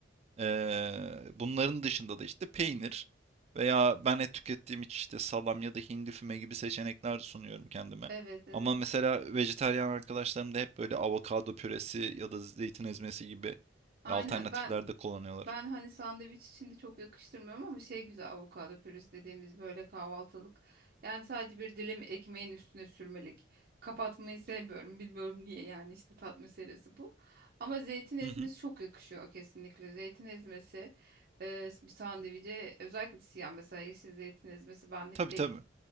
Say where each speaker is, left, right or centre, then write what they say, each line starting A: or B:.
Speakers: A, on the right; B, on the right.
A: Eee, bunların dışında da işte peynir veya ben et tükettiğim için işte salam ya da hindi füme gibi seçenekler sunuyorum kendime.
B: Evet evet.
A: Ama mesela vejetaryen arkadaşlarım da hep böyle avokado püresi ya da zeytin ezmesi gibi
B: Aynen
A: alternatifler
B: ben
A: de kullanıyorlar.
B: ben hani sandviç içinde çok yakıştırmıyorum ama şey güzel avokado pürüz dediğimiz böyle kahvaltılık. Yani sadece bir dilim ekmeğin üstüne sürmelik. Kapatmayı sevmiyorum. Bilmiyorum niye yani işte tat meselesi bu. Ama zeytin ezmesi
A: Hı hı.
B: çok yakışıyor kesinlikle. Zeytin ezmesi e, bir sandviçe özellikle siyah mesela yeşil zeytin ezmesi benlik
A: Tabii
B: değil.
A: tabii.